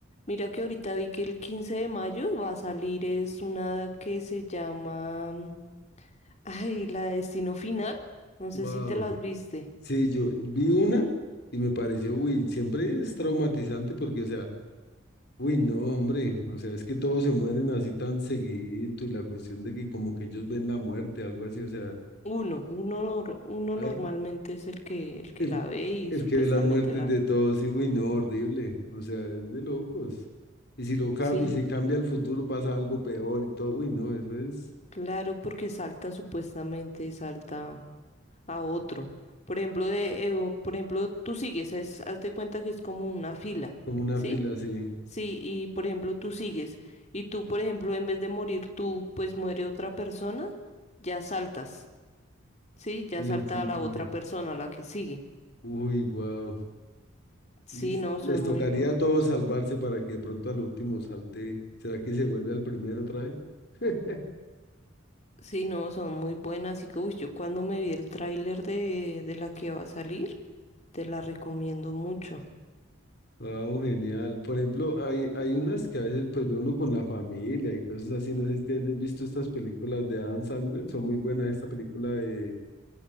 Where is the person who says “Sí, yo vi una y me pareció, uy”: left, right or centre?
Left